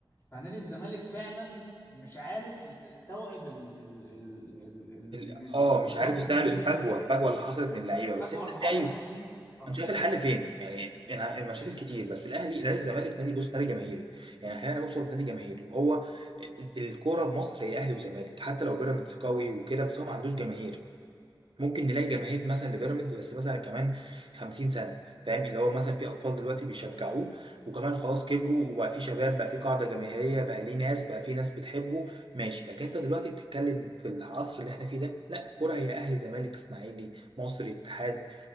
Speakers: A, on the left; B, on the right.
A: فنادي الزمالك فعلا مش عارف يستوعب ال ال ال ال ال-
B: ال-
A: إن الفتره
B: اه مش عارف يستوعب
A: الكبيره
B: الفجوه
A: اللي
B: الفجوه اللي حصلت من اللعيبه بس
A: فجوه
B: انت
A: اللي حصلت
B: شايف
A: دي مش مستوعبينها
B: انت شايف الحل فين يعني أنا- المشاكل كتير بس الاهلي نادي الزمالك نادي بص نادي جماهيري يعني خلينا نوصل نادي جماهيري وهو ال- الكوره بمصر هي اهلي وزمالك حتى لو بيراميدز قوي وكده بس هو ما عندوش جماهير ممكن نلاقي جماهير مثلا لبيراميدز بس مثلا كمان 50 سنه فاهم اللي هو مثلا في اطفال دلوقتي بيشجعوه وكمان خلاص كبروا وبقى في شباب بقى في قاعده جماهيريه بقى ليه ناس بقى في ناس بتحبه ماشي لكن انت دلوقتي بتتكلم في العصر اللي احنا فيه ده لا الكوره هي اهلي زمالك اسماعيلي مصري اتحاد